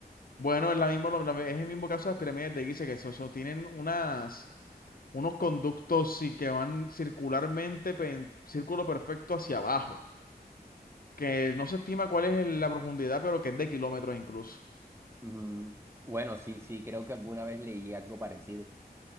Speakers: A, on the left; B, on the right.
A: Bueno, es, la misma, lo- la- es el mismo caso de las pirámides de Giza, que so- so- tienen unas, unos conductos sí, que van circularmente, pe- en círculo perfecto hacia abajo, que no se estima cuál es el- la profundidad, pero que es de kilómetros incluso.
B: Ujú. Bueno, sí, sí, creo que alguna vez leí algo parecido.